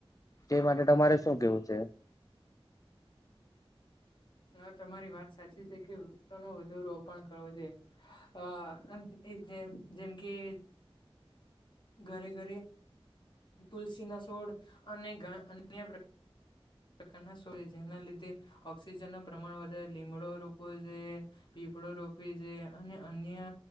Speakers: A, on the left; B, on the left.
A: તે માટે તમારે શું કેવું છે.
B: હ તમારી વાત સાચી છે કે વૃક્ષો ન વધુ રોપણ કરવું જોઈએ અ અન જેમ કે ઘરે ઘરે તુ લસીના સોડ અને અન્ય પ્રકારના સો જેના લીધે ઓક્સિજનનું પ્રમાણ વધારે લીમડો રોપો જોય કપડ રોપવી જોઈએ અને અન્ય